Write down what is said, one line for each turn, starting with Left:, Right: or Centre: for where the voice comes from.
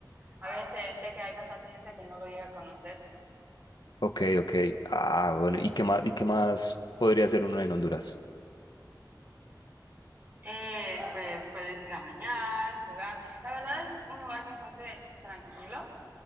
Right: a veces sé que hay bastante gente que no lo llega a conocer.
Left: Ok, ok. Ah, bueno, ¿y qué más, y qué más podría hacer uno en Honduras?
Right: Eh, pues puedes ir a bañar, jugar. La verdad es un lugar bastante tranquilo